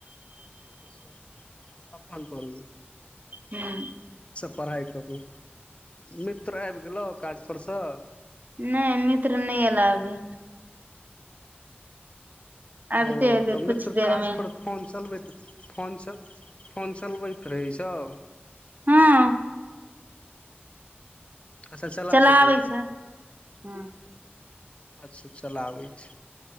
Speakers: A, on the left; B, on the right.
A: अच्छा अपन पँदु
B: हूंअ्
A: पढ़ाई करू मित्र आबि गेलौ काज परसँ
B: नहि मित्र नहि एला अभी आबिते
A: ओ
B: हेतै
A: तऽ
B: कुछ
A: मित्र
B: देर
A: काज
B: मे
A: पर फोन चलबैत फोन सब फोन चलबैत रहै छौ
B: हँ
A: अच्छा चला
B: चलाबै
A: सकैया
B: छै हँ
A: अच्छा चलाबै छै